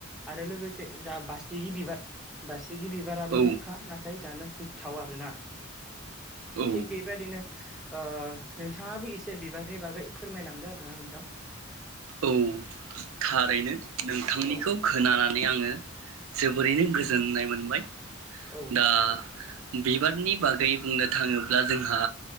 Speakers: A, in the centre; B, on the right.
A: आरो लोगोसे जा बास्टिगि बिबार बा स्टिगि बिबाराबो
B: औ
A: गोखा ना फ जानो गोथाव आरोना
B: औ
A: थिग बेबाददिनो ओ नोंथाङाबो एसे बिबारनि बागै फोरमायलांदो आरोना नोंथां।
B: औ थारैनो नोंथांनिखौ
A: औ
B: खोनानानै आङो जोबोरैनो गोजोननाय मोनबाय
A: औ
B: दा बिबारनि बागै बुंनो थाङोब्ला जोंहा